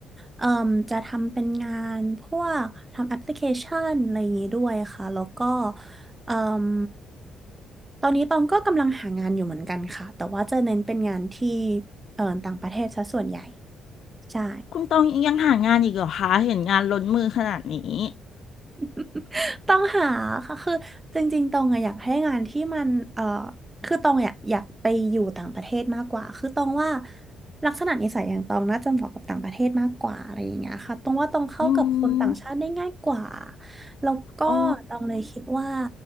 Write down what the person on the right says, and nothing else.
เอ่มจะทำเป็นงานพวกทำแอปพลิเคชันอะไรอย่างนี้ด้วยค่ะแล้วก็เอ่มตอนนี้ตองก็กำลังหางานอยู่เหมือนกันค่ะแต่ว่าจะเน้นเป็นงานที่เอ่อต่างประเทศซะส่วนใหญ่ใช่
<laughs> ต้องหาค่ะคือจริงๆตองอะอยากให้งานที่มันเอ่อคือตองอยากอยากไปอยู่ต่างประเทศมากกว่าคือตองว่าลักษณะนิสัยอย่างตองน่าจะเหมาะกับต่างประเทศมากกว่าอะไรอย่างเงี้ยค่ะตองว่าตองเข้ากับคนต่างชาติได้ง่ายกว่า
แล้วก็ตองเลยคิดว่า